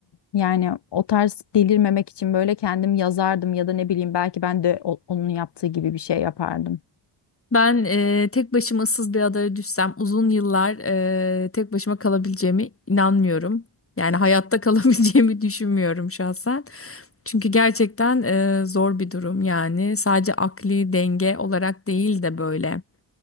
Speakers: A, on the left; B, on the left.
A: yani o tarz delirmemek için böyle kendim yazardım ya da ne bileyim belki ben de o- onun yaptığı gibi bir şey yapardım.
B: Ben e, tek başıma ıssız bir adaya düşsem uzun yıllar e, tek başıma kalabileceğime inanmıyorum. Yani hayatta <laughs> kalabileceğimi düşünmüyorum şahsen. Çünkü gerçekten e, zor bir durum yani sadece akli denge olarak değil de böyle